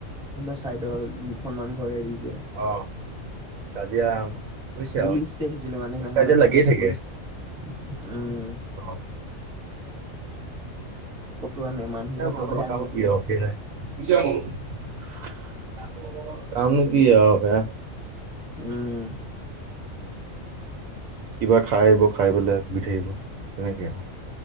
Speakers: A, in the centre; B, on the right.
A: তহঁতৰ চাইদৰ দুখনমানান ঘৰে এৰি যে।
B: অ কাজিয়া বুজিছা
A: পুলিচ
B: আৰু
A: দেখিছিলোঁ মানে সেইদিনাখন
B: কাজে
A: আগফালে
B: লাগিয়ে থাকে
A: পুলিচ উম।
B: অ'
A: ফটো আনে
B: মানৰ
A: মানুহ ঘৰটো বেয়া নেকি
B: কামত
A: এনে?
B: <unintelligible> কাম কি আৰু
A: উম
B: কিবা খাই আহিব খাই পেলাই ভুগি থাকিব তেনেকে আৰু